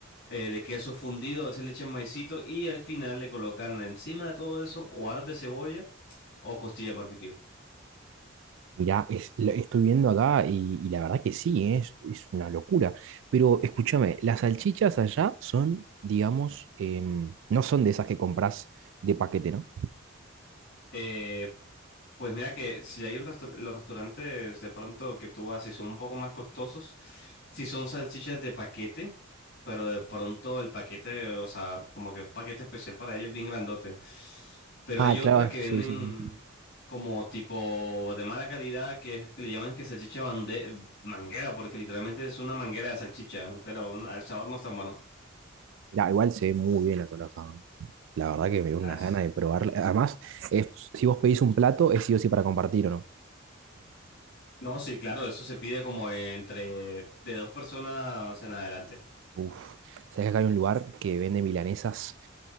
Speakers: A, on the left; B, on the right.
A: eh, de queso fundido. A veces le echan maicito y al final le colocan encima de todo eso o aros de cebolla o costillas barbecue.
B: Mirá, es- la- estoy viendo acá y, y la verdad que sí, ¿eh? es, es una locura. Pero escúchame, las salchichas allá son, digamos, em, no son de esas que compras de paquete, ¿no?
A: Eh, Pues mira que si hay un restau- los restaurantes de pronto que tú vas, si son un poco más costosos, si son salchichas de paquete, pero de pronto el paquete, o sea, como que un paquete especial para ellos bien grandote. Pero
B: Ah,
A: hay
B: claro,
A: otra que
B: sí,
A: venden
B: sí, sí.
A: como tipo de mala calidad que, es- que le llaman que salchicha bande- manguera, porque literalmente es una manguera de salchicha, pero un- al sabor no es tan bueno.
B: Mirá, igual se ve muy bien la salsa. La verdad que me dio unas
A: Las-
B: ganas de probarla. Además, es- si vos pedís un plato, es sí o sí para compartir, ¿o no?
A: No, sí, claro, eso se pide como entre de dos personas en adelante.
B: Uf, sabes que acá hay un lugar que vende milanesas